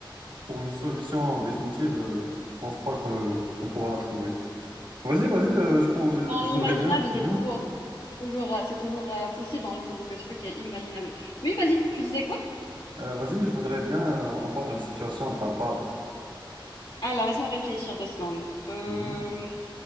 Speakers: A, on the right (about 65°); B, on the left (about 80°).
A: pour une solution en définitive, euh, je pense pas que- qu'on pourra la trouver. Vas-y, vas-y, euh, je, pour-
B: c'est
A: je
B: dans
A: voudrais
B: l'imaginable,
A: bien.
B: il
A: mhm.
B: est toujours, c'est toujours, euh, c'est toujours euh, possible dans le le truc est imaginable. Oui, vas-y, tu disais quoi?
A: Euh, vas-y, je voudrais bien euh, entendre une situation de ta part.
B: Alors, laisse-moi réfléchir deux secondes. Euh,
A: Mhm,